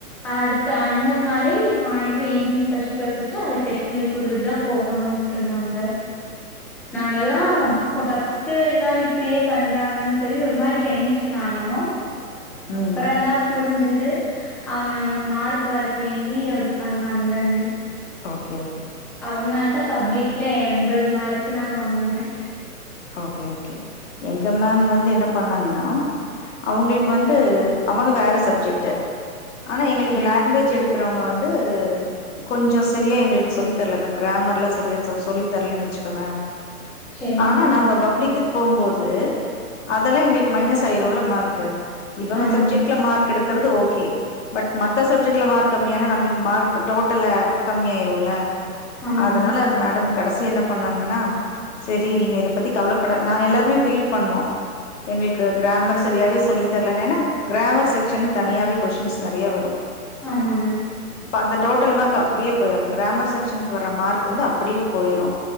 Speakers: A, in the centre; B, on the left (about 50°).
A: அடுத்த அன்னத்து நாளே சாயந்தரம் ஈவினிங் ஸ்பெஷல் கிளாஸ் வச்சு அத டெஸ்ட் எழுதி கொடுத்துட்டு தா போ போணுட்ருந்தாங்க நாங்கல்லாம் அப்ப ஃபஸ்ட் ட்டு ஒரு நாள் இப்டியே பண்றாங்கன்னு சொல்லி ஒரு மாறி டென்ஷன் ஆனோ அப்பறம்ந்தான்
B: ம்
A: புரிஞ்சிது அவங்க நம்ளுக்கு மார்க் வரக வேண்டி அப்டி பண்ணாங்கன்னு
B: ஓகே ஓகே
A: அவங்கனால தான் பப்ளிக்ல எண்பது மார்க் நா வாங்குனே
B: ஓகே ஓகே எங்க மேம் வந்து என்ன பண்ணாங்கன்னா அவங்களுக்கு வந்து அவங்க வேற சப்ஜெக்ட்டு ஆனா எங்களுக்கு
A: செரிங்
B: லாங்குவேஜ் எடுக்குறவங்க வந்து கொஞ்சம் சரியா எங்களுக்கு சொல்லித்தரல அந்த கிராமர்லாம் சரியா சொ சொல்லி தரலன்னு வச்சுக்கவே
A: செரிங்க
B: னா நாங்க பப்ளிக்கு போம்போது அதெல்லாம் எங்களுக்கு மைனஸ் ஆயிருல மார்க்கு இவங்க
A: ஆமாங்
B: சப்ஜெட்ல மார்க் எடுத்து கிறது ஓகே பட் மத்த சப்ஜெக்ட்ல மார்க் கம்மியான நம்மளுக்கு மார்க் டோட்டல கம்மியா ஆயிரே ல
A: ஆமாங்க
B: அதனால மேடம் கடைசியா என்ன பண்ணாங்கன்னா செரி நீங்க பத்தி கவலப்பட நாங்க எல்லாருமே ஃபீல் பண்ணோ எங்களுக்கு கிராமர் செரியாவே சொல்லித்தரலன்னு ஏன்னா கிராமர் செக்ஷனு தனியாவே கொஷின்ஸ் நெறய வரு
A: ஆமாங்க
B: இப்ப அந்த டோட்டல் மார்க் அப்டியே போயிரு அந்த கிராமர் செக் ஷனுக்கு வர மார்க் வந்து அப்பிடியே போயிரு